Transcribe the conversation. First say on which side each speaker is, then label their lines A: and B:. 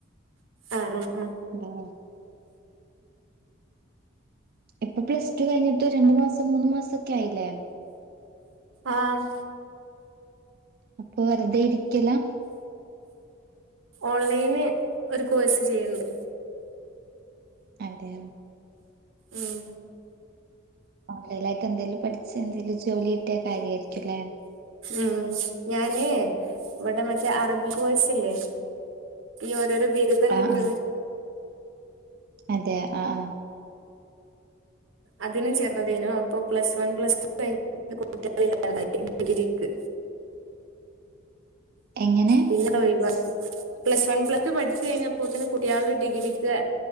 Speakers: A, on the right (about 85°); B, on the right (about 50°).
A: ആ ആ ആ
B: ഉം ഇപ്പൊ പ്ലസ് ടു കഴിഞ്ഞിട്ട് രണ്ടു മാസം മൂന്ന് മാസൊക്കെ ആയില്ലേ
A: ആഹ്
B: അപ്പൊ വെറുതെ ഇരിക്കലാ
A: ഓൺലൈന് ഒരു കോഴ്സ് ചെയ്യണ് ണ്ട്
B: ആദേയൊ
A: ഉം
B: ഓൺലൈലായിട്ട് എന്തേലും പഠിച്ച് എന്തേലും ജോലി കാര്യായിരിക്കുംല്ലേ
A: ഉം ഞാന് ഇവിടെ മറ്റേ അറബി കോഴ്‌സില്ലേ ഈ ഓരോരോ ബിരുദം
B: ആഹ്
A: കിട്ടണ
B: ആഹ് അതെ ആഹ് ആഹ്
A: അതിനും ചേർന്നതേനു അപ്പോ plus one plus two <inaudible> degree ക്ക്‌
B: എങ്ങനെ
A: പിന്നത് ഒയിവാക്കി പ്ലസ് വൺ പ്ലസ് ടു പഠിച്ചു കഴിഞ്ഞപ്പോത്തിന് കുട്ട്യാള് ഡിഗ്രിക്ക് ത്